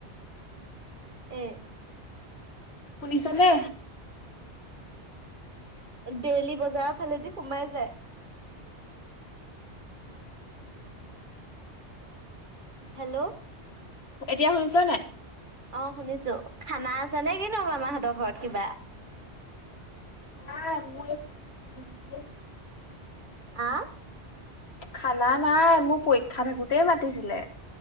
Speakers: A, on the right; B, on the left.
A: এ
B: শুনিছেনে?
A: ডেইলি বজাৰৰ ফালেদি সোমাই যায়। হেল্ল'।
B: এতিয়া শুনিছ নাই?
A: অ শুনিছো খানা আছে নেকি নো মামাহঁতৰ ঘৰত কিবা?
B: নাই মই পৰীক্ষা
A: আ
B: খানা নাই মোৰ পৰীক্ষা থাকোতেই মাতিছিলে।